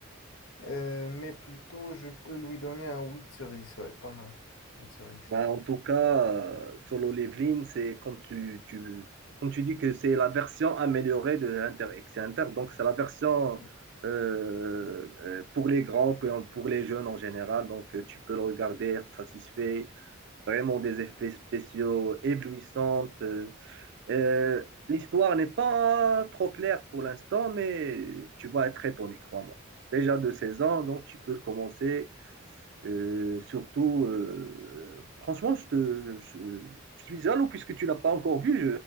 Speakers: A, on the left; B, on the right.
A: euh, mais plutôt, je peux lui donner un 8 sur 10, ouais, pas mal. 8 sur 10.
B: Ben, en tout cas, euh, Solo Leveling, c'est comme tu, tu, comme tu dis que c'est la version améliorée de Inter X Inter. Donc, c'est la version
A: Bien.
B: euh, euh, pour les grands, pour pour les jeunes en général. Donc, euh, tu peux le regarder, être satisfait. Vraiment des effets spéciaux éblouissants. euh. Euh, l'histoire n'est pas trop claire pour l'instant, mais tu vas être étonné, crois-moi. Déjà de 16 ans, donc tu peux commencer euh, surtout, euh, franchement, je, te, je, je suis jaloux puisque tu l'as pas encore vu.